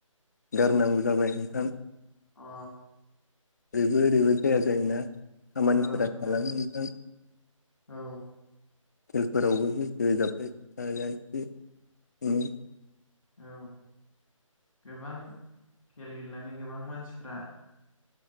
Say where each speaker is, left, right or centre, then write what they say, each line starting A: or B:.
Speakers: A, on the left; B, on the left.
A: गारनांगौ जाबाय नोंथां
B: अ
A: ओरैबो ओरैबो जाया जायोना खामानिफोरा
B: औ नोंथां
A: थालांडो
B: औ
A: खेलफोरावबो बे बे जाब जै <unintelligible>
B: औ गोबां खेल गेलेनानै गोबां मानसिफ्रा